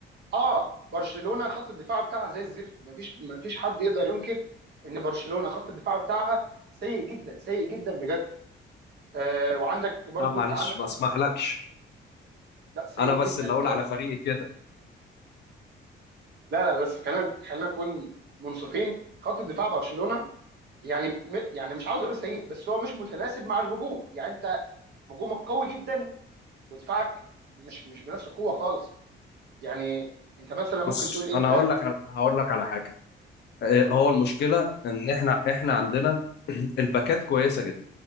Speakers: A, on the right (about 55°); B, on the left (about 60°).
A: اه برشلونه خط الدفاع بتاعها زي الزفت مفيش مفيش حد يقدر ينكر ان برشلونه خط الدفاع بتاعها سيء جدا سيء جدا بجد آه وعندك برضو
B: لا معلش
A: انت عندك خط
B: ما اسمحلكش
A: لا سيء
B: انا بس
A: جدا
B: اللي
A: انت
B: اقول على فريقي كده
A: لا لا بس خلينا خلينا نكون منصفين خط الدفاع برشلونه يعني م... يعني مش عاوز اقول سيء بس هو مش متناسب مع الهجوم يعني انت هجومك قوي جدا ودفاعك مش مش بنفس القوه خالص يعني انت مثلا ممكن
B: بص
A: تقول إيه
B: انا
A: انت
B: هقول لك على... هقول لك على حاجة آه،
A: قول
B: هو
A: لي
B: المشكله ان احنا احنا عندنا <clears throat> الباكات كويسه جدا